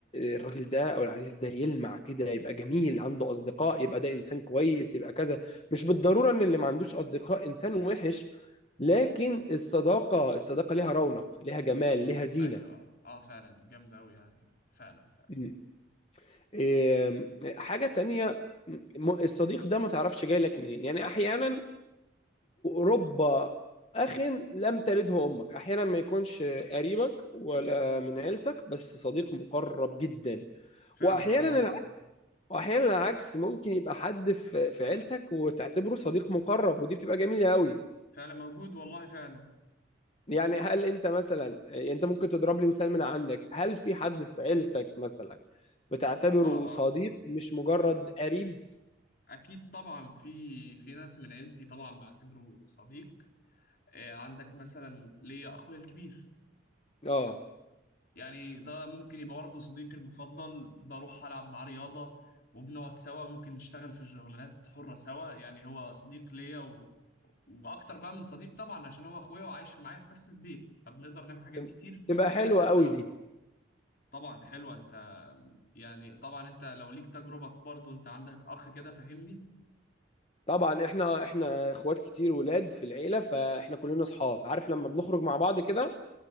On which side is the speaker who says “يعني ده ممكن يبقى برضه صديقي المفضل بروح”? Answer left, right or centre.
Left